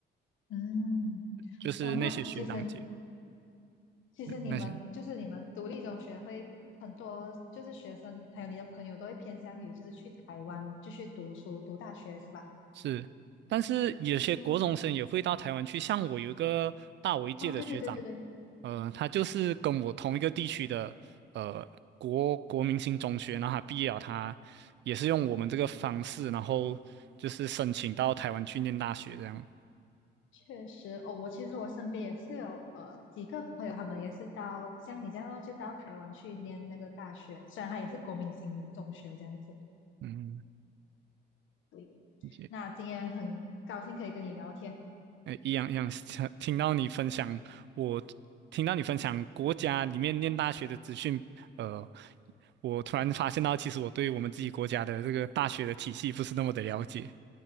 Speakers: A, on the left; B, on the right.
A: 嗯，
B: 就是那些学长姐
A: 哦，那其实其实你们就是你们独立中学会很多，
B: 对那些
A: 就是学生还有你的朋友都会偏向于就是去台湾继续读书读大学是吧？
B: 是，但是有些国中生也会到台湾去，
A: 哦
B: 像我有一个大我一届的学长，
A: 哦，对对对对对。
B: 呃，他就是跟我同一个地区的呃国国民型中学，然后他毕业了，他也是用我们这个方式，然后就是申请到台湾去念大学这样。
A: 确实，哦，我其实我身边也是有呃几个朋友，他们也是到像你这样咯就到台湾去念那个大学，虽然他也是国民型中学这样子。
B: 嗯，
A: 对，
B: 也，
A: 那今天很高兴可以跟你聊天，
B: 哎，一样一样，听听到你分享，我听到你分享国家里面念大学的资讯，呃，我突然发现到，其实我对我们自己国家的这个大学的体系不是那么的了解